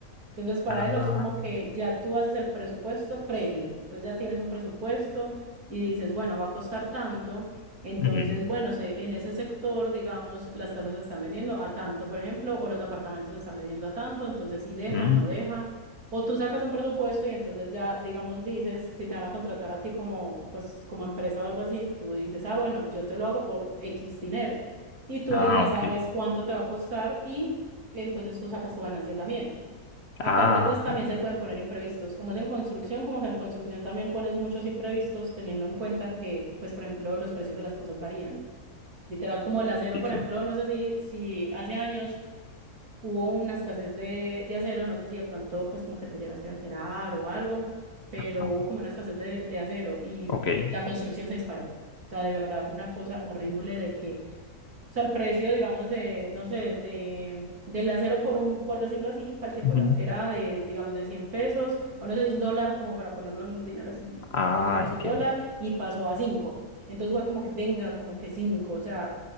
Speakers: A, on the right (about 75°); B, on the left (about 55°).
A: Entonces, para
B: Ah,
A: eso es como que ya tú haces el presupuesto previo. Entonces, ya tienes un presupuesto y dices, bueno, va a costar tanto. Entonces,
B: ujú,
A: bueno, se, en ese sector, digamos, las casas se están vendiendo a tanto, por ejemplo, o los apartamentos se están vendiendo a tanto. Entonces, si deja,
B: ujú.
A: no deja. O tú sacas un presupuesto y entonces ya, digamos, dices, si te van a contratar a ti como, pues, como empresa o algo así, tú dices, ah, bueno, yo te lo hago por X dinero. Y tú
B: Ah,
A: ahí ya
B: ok.
A: sabes cuánto te va a costar y entonces tú sacas tu ganancia también.
B: Ah,
A: Aparte, pues también
B: ok.
A: se pueden poner imprevistos. Como es en construcción, como que en construcción también pones muchos imprevistos, teniendo en cuenta que, pues, por ejemplo, los precios de las cosas varían. Literal, como el acero,
B: Sí,
A: por
B: sí.
A: ejemplo, no sé si, si hace años hubo una escasez de, de acero, no sé si de pronto, pues, como que te llegaste a enterar o algo, pero
B: Ah,
A: hubo como una escasez de, de acero y
B: ok.
A: la construcción se disparó. O sea, de verdad fue una cosa horrible de que o sea, el precio, digamos, de, no sé, de, del acero por un, por decirlo así, cualquier
B: Ujú.
A: cosa, era de, digamos, de 100 pesos, o no sé, de un dólar, como para ponerlo en un dinero así,
B: Ah,
A: entonces, digamos,
B: entiendo.
A: un dólar, y pasó a cinco. Entonces fue como que, venga, como que cinco, o sea,